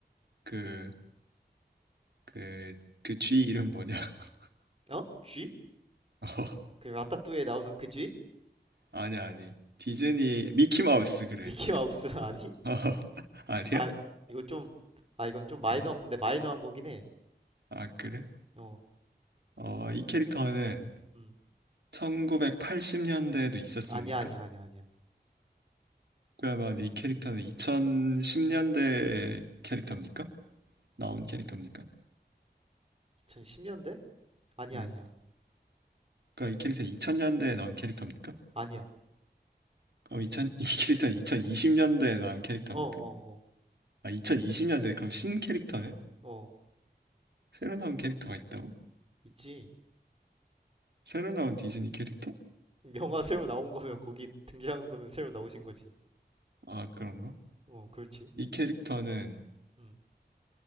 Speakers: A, on the right; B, on the right.
A: 그 그 그 쥐 이름 뭐냐? <laughs>
B: 어? 쥐?
A: 어,
B: 그 라따뚜이에 나오는 그 쥐?
A: 아니 아니 디즈니 미키 마우스 그래.
B: 미키 마우스 <laughs> 아니?
A: <laughs> 어, 아니야?
B: 아, 이거 좀, 아, 이건 좀 마이너,
A: 어.
B: 근데 마이너한 거긴 해.
A: 아, 그래?
B: 어,
A: 어, 이 캐릭터는
B: 음.
A: 1980년대에도 있었습니까?
B: 아니야, 아니야, 아니야, 아니야.
A: 그러면 이 캐릭터는 2010년대 캐릭터입니까? 나온 캐릭터입니까?
B: 2 0 1 0년대 아니야,
A: 음.
B: 아니야.
A: 그러니까 이 캐릭터 2000년대에 나온 캐릭터입니까?
B: 아니야.
A: 그럼 2 0 <laughs> 이 캐릭터는 2020년대에 나온 캐릭터입니까?
B: 어, 어,
A: 아, 2020년대 그럼 신 캐릭터네?
B: 어, 어.
A: 새로 나온 캐릭터가 있다고?
B: 있지.
A: 새로 나온 디즈니 캐릭터?
B: 영화 새로 나온 거면, 거기 등장한 거면 새로 나오신 거지.
A: 아, 그런가?
B: 어, 그렇지.
A: 이 캐릭터는
B: 음.